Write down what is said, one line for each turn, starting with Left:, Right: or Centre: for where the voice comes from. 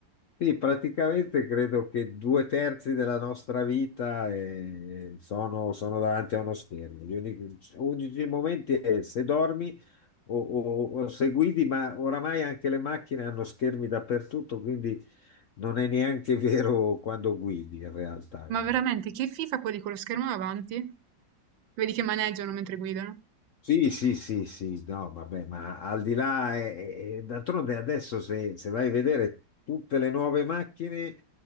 Left: Sì, praticamente credo che due terzi della nostra vita eh, sono, sono davanti a uno schermo. Gli unici, unici momenti è se dormi o, o- o se guidi, ma oramai anche le macchine hanno schermi dappertutto, quindi non è neanche vero quando guidi in realtà.
Right: ma
Left: guarda.
Right: veramente, che FIFA quelli con lo schermo davanti? Vedi che maneggiano mentre guidano.
Left: Sì, sì, sì, sì, no, vabbè, ma al di là, eh, eh, d'altronde adesso se, se vai a vedere tutte le nuove macchine